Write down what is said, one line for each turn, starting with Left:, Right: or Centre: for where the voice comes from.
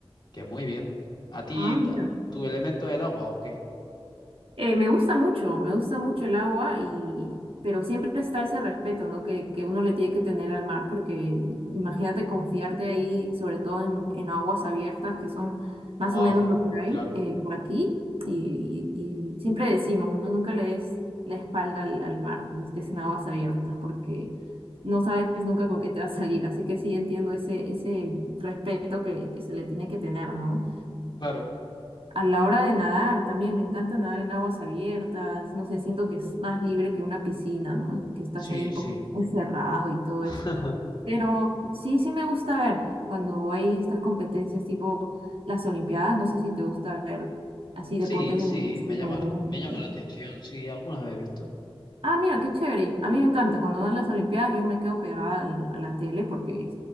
Left: que muy bien. ¿A ti
Right: Ah,
Left: ta-
Right: mira.
Left: tu elemento es el agua o qué?
Right: Eh, me gusta mucho, me gusta mucho el agua y pero siempre está ese respeto, ¿no? Que, que uno le tiene que tener al mar, porque imagínate confiarte ahí, sobre todo en, en aguas abiertas, que son más
Left: Wow,
Right: o menos lo que hay
Left: claro,
Right: eh, por aquí. Y, y- y siempre decimos, ¿no? Nunca le des la espalda al, al mar, cuando estés en aguas abiertas, porque no sabes nunca con qué te va a salir. Así que sí entiendo ese, ese respeto que, que se le tiene que tener, ¿no?
Left: claro.
Right: A la hora de nadar también, me encanta nadar en aguas abiertas, no sé, siento que es más libre que una piscina, ¿no? Que estás
Left: Sí,
Right: ahí un
Left: sí.
Right: poco encerrado y todo
Left: <laughs>
Right: eso. Pero sí, sí me gusta ver cuando hay estas competencias tipo las Olimpiadas, no sé si te gusta ver así
Left: Sí,
Right: deportes de
Left: sí,
Right: natación.
Left: me llama, me llama
Right: sí.
Left: la atención, sí, alguna vez he visto.
Right: Ah, mira, qué chévere. A mí me encanta, cuando dan las Olimpiadas yo me quedo pegada al- a la tele porque